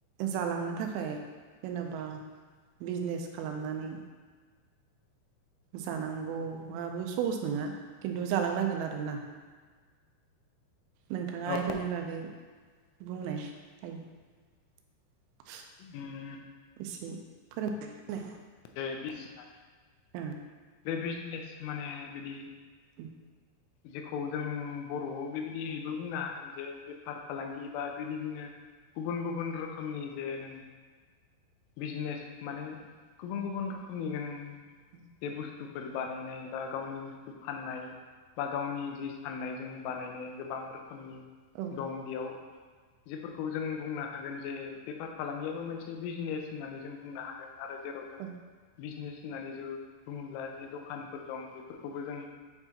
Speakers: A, on the right (about 85°); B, on the left (about 90°).
A: जालांनो थाखाय जेन'बा बिजनेस खालामनानै जानांगौवाबो सहस नोङा किन्तु जालांनांगोन आरोना? नोंथाङा
B: औ
A: इफोरनि बागै बुंनाय हायो। <inaudible>
B: उम।
A: इसे फोरोंनाय होनाय।
B: दे <unintelligible>
A: औ
B: बे बिजनेस माने बिदि
A: उम।
B: जेखौ जों बर'आव बेबायदिहायबो बुंनो हागोन जे बेफार फालांगि बा बि बिदिनो गुबुन गुबुन रोखोमनि जे नों बिजनेस माने गुबुन गुबुन रोखोमनि नों
A: <inaudible>
B: जे बुस्थुफोर बानायनाय बा गावनि बुस्थु फाननाय बा गावनि जिस खाननायजों बानायनाय गोबां रोखोमनि
A: औ
B: दं बेयाव। जिफोरखौ जों बुंनो हागोन जे बेफार फालांगियाबो मोनसे बिजनेस होननानै जों बुंनो हाग जों आरो जेराव जों
A: औ
B: बिजनेस होननानै जु बुङोब्ला जि दखानफोर दं बेफोरखौबो जों